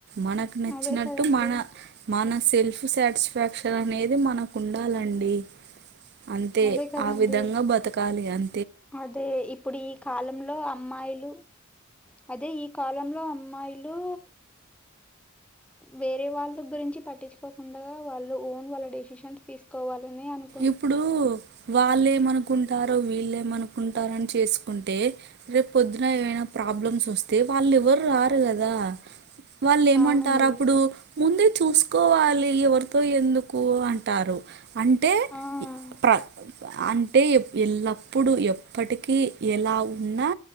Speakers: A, on the right; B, in the centre.
A: మనకు నచ్చినట్టు
B: అవే కదండి
A: మన మన సెల్ఫ్ సాటిస్ఫాక్షన్ అనేది మనకు ఉండాలండి అంతే
B: అదే కదండి
A: ఆ విధంగా బతకాలి అం
B: అదే ఇప్పుడు ఈ కాలంలో అమ్మాయిలు అదే ఈ కాలంలో అమ్మాయిలు వేరే వాళ్ళ గురించి పట్టించుకోకుండా వాళ్ళు ఓన్ వాళ్ళ డెసిషన్స్ తీసుకోవాలని అను
A: ఇప్పుడు వాళ్ళంమనుకుంటారో వీళ్ళేంమనుకుంటారో అని చేసుకుంటే రేపు పొద్దున ఏమైనా ప్రాబ్లమ్స్ వస్తే వాళ్ళు ఎవరు రారు కదా వాళ్లేంమంటారు
B: అవునండి
A: అప్పుడు ముందే చూసుకోవాలి ఎవరితో ఎందుకు అంటారు అంటే
B: ఆ
A: ప్ర అంటే ఎప్పు ఎల్లప్పుడు ఎప్పటికీ ఎలా ఉన్నా